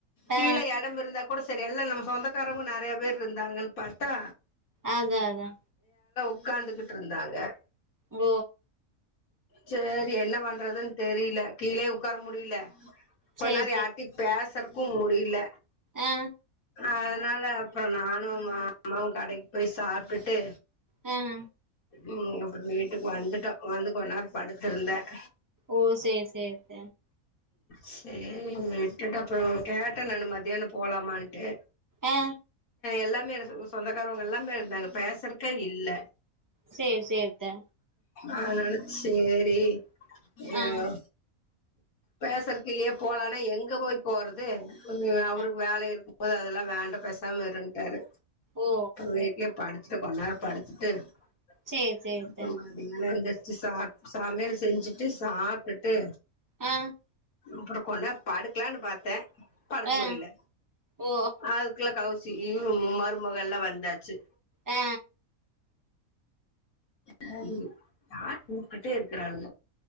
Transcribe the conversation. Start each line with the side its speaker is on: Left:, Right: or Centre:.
Left: கீழே
Right: ஆ
Left: எடம்மிருந்தாக் கூட செரி எல்ல நம்ம சொந்தக்காரவங்க நிறைய பேர் இருந்தாங்கன்னு பார்த்தா
Right: அதா அதா
Left: உக்கார்ந்துகிட்டு இருந்தாங்க
Right: ஓ
Left: செரி என்ன பண்றதுன்னு தெரியல கீழே உக்கார முடியல கொனேர
Right: சேரி சேரி
Left: யாரிட்டையும் பேசுறக்கும் முடியல
Right: ஆ
Left: அதனால அப்புற நானும் மாமாவும் கடைக்கு போய் சாப்பிட்டுட்டு
Right: ஹம்
Left: உம் அப்புறம் வீட்டுக்கு வந்துட்டோம் வந்து கொஞ்சநேரோ படுத்திருந்தேன்
Right: ஓ செரி செரித்த
Left: செரி விட்டுட்ட அப்புறம் கேட்டேன் நானு மத்தியானம் போலாமான்ட்டு
Right: ஆ
Left: எல்லாமே சொந்தக்காரவங்க எல்லாமே இருந்தாங்க பேசுறக்கே இல்ல
Right: சேரி சேரித்த
Left: அதனால செரி எ
Right: ஆ
Left: ஓ பேசறக் வெளிய போலானா எங்க போய் போறது அவருக்கு
Right: ஆ
Left: வேலை இருக்கும் போது அது ல்லா வேண்ட பெசாம இருன்ட்டாரு
Right: ஓ
Left: வீட்லே படுத்துட்டு கொண்நேரம் படுத்துட்டு <unintelligible>
Right: சேரி சேரி த்த
Left: சமையல் செஞ்சுட்டு சாப்ட்டுட்டு
Right: ஆ
Left: அப்புறம் கொண்நேர படுக்லானு பாத்தேன் படுக்க
Right: ஆ
Left: முடியில
Right: ஓ
Left: அதுக்குள்ள கவுச சி மருமகள்ல வந்தாச்சு
Right: ஆ
Left: சரி யார் கூப்டுட்டே இருக்கிறாங்க